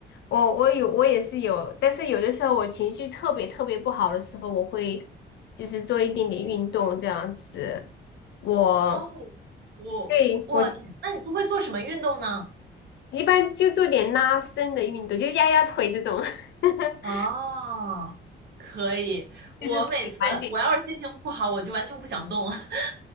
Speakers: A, on the left; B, on the right.
A: 我我有我也是有，但是有的时候我情绪特别特别不好的时候，我会就是做一点点运动这样子。我
B: 哦，我我天，
A: 对我
B: 那你都会做什么运动呢？
A: 一般就做点拉伸的运动，就是压压腿这种，<laughs>
B: 哦，可以。我每次我要是心情不好，
A: 就是可以缓解。
B: 我就完全不想动。<laughs>